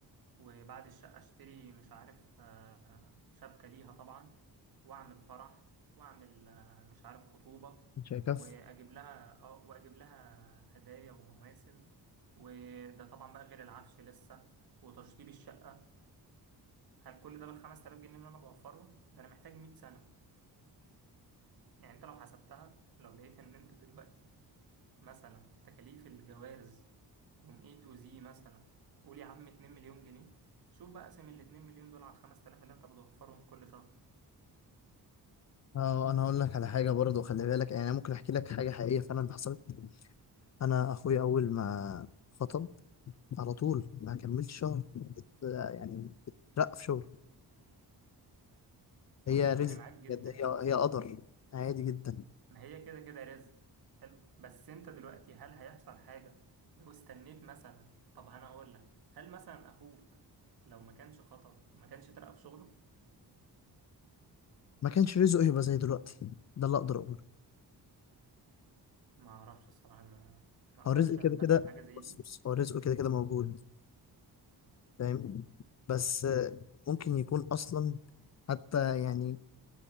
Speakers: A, on the right; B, on the left.
A: وبعد الشقة اشتري مش عارف آه، شبكة ليها طبعا واعمل فرح واعمل آه، مش عارف خطوبة
B: مش هيكفي
A: واجيب لها اه واجيب لها هدايا ومواسم وده طبعا بقى غير العفش لسه وتشطيب الشقة هل كل ده بالخمس تلاف جنيه اللي انا بوفرهم ده انا محتاج مية سنة يعني انت لو حسبتها لو لقيت ان انت دلوقتي مثلا تكاليف الجواز from A to Z مثلا قول يا عم 2 مليون جنيه شوف بقى اقسم ال 2 مليون دول على ال 5000 اللي انت بتوفرهم كل شهر
B: اه انا هقول لك على حاجه برضه خلي بالك يعني انا ممكن احكي لك حاجه حقيقيه فعلا حصلت انا اخويا اول ما خطب على طول ما كملتش شهر ات- يعني اترقى في شغل هي
A: والله
B: رزق
A: معاك جدا
B: بجد هي
A: ما,
B: هي قدر عادي جدا
A: ما هي كده كده رزق حلو بس انت دلوقتي هل هيحصل حاجة لو استنيت مثلا طب انا هقول لك هل مثلا اخوك لو ما كانش خطب ما كانش ترقى في شغله
B: ما كانش رزقه يبقى زي دلوقتي ده اللي اقدر اقوله
A: ما اعرفش الصراحة ما ما اقدرش
B: هو رزق كده
A: اتدخل
B: كده
A: في حاجة زي
B: بص
A: دي
B: بص هو رزقه كده كده موجود فاهم بس آه، ممكن يكون اصلا حتى يعني